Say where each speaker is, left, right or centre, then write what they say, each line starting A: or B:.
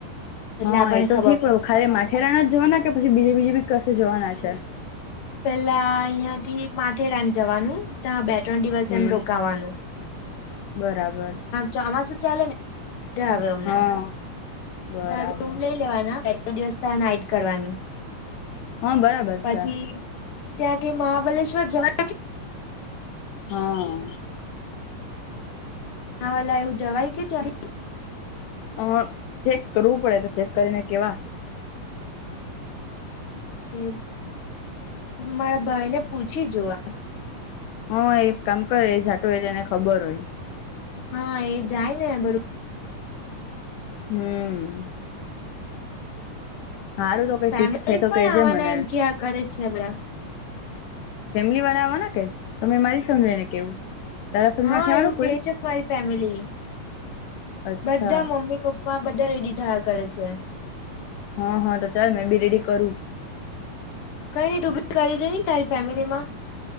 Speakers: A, on the left (about 60°); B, on the left (about 80°).
A: એટલે
B: હા
A: આપણને
B: એ તો
A: ખબર
B: ઠીક <unintelligible> માથેરાણા જવાના કે પછી બીજી બીજીબી કશે જવાના છે?
A: પેલા અહીંયા થી માથેરાન જવાનું ત્યાં બે ત્રણ દિવસ
B: હમ.
A: એમ રોકાવાનું
B: બરાબર.
A: ચોમાસું ચાલે ને મજા આવે અમને
B: હા બરાબર
A: તા રૂમ લઈ લેવાના <unintelligible> દિવસ તા નાઈટ કરવાની.
B: હ બરાબર.
A: પછી
B: છે.
A: ત્યાં કે મહાબલેશ્વર જવા
B: હા.
A: વાલા એવું જવાય કે ત્યાંથી
B: અ હ ચેક કરવું પડે તો ચેક કરીને કેવા.
A: હમ મારા ભાઈ ને પૂછી જોવા
B: હા એ કામ કરે એ જાટો <unintelligible> એને ખબર હોય.
A: હા એ જાય ને બધું
B: હમ. તો કઈ
A: ફેમિલી
B: ફિક્સ થાય તો
A: પણ
B: કેજે
A: આવવાના
B: મને
A: એમ ક્યાં કરે છે બડા.
B: ફેમિલી વાળા આવવાના કે તમે મારી ફેમિલી ને કેવું. તારા ફેમિલીમાં
A: હા
B: ઠેવાનું
A: એવું
B: કોઈ
A: કે છે મારી ફેમિલી
B: અચ્છા
A: બધા મમ્મી પપ્પા આ બધા રેડી થયા કરે છે.
B: હા હા તો ચાલ મેં બી રેડી કરું.
A: <unintelligible> તારી ફેમિલીમાં